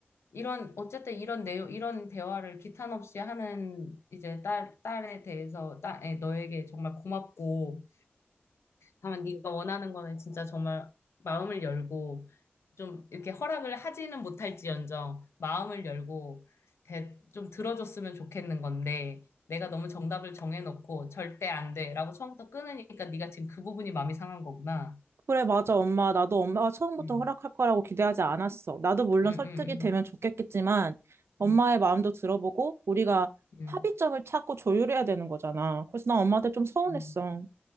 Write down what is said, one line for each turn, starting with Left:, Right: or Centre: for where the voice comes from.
Left: 이런, 어쨌든 이런 내용, 이런 대화를 기탄 없이 하는 이제 딸, 딸에 대해서, 딸, 에, 너에게 정말 고맙고, 다만 네가 원하는 거는 진짜 정말 마음을 열고, 좀 이렇게 허락을 하지는 못할지언정 마음을 열고 대, 좀 들어줬으면 좋겠는 건데, 내가 너무 정답을 정해놓고 절대 안 돼라고 처음부터 끊으니까 네가 지금 그 부분이 마음이 상한 거구나.
Right: 그래, 맞아, 엄마. 나도 엄마가 처음부터
Left: 음.
Right: 허락할 거라고 기대하지 않았어. 나도 물론
Left: 음, 음,
Right: 설득이 되면 좋겠겠지만 엄마의
Left: 음,
Right: 마음도 들어보고 우리가
Left: 음, 음.
Right: 합의점을 찾고 조율해야 되는 거잖아. 그래서 난 엄마한테 좀 서운했어.
Left: 음.